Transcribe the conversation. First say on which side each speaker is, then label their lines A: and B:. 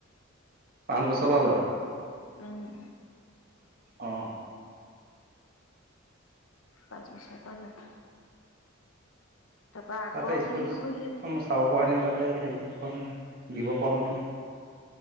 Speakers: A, on the right; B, on the left.
A: পাঁচ বছৰ পৰা লয়
B: উম্
A: অ
B: পাঁচ বছৰ পৰা লয় তাৰপৰা আগৰ
A: তাতে স্কুলখনো
B: খিনি সময় সি
A: চাব পৰা হতি তাত ত হে দিব পৰা হ'লতেম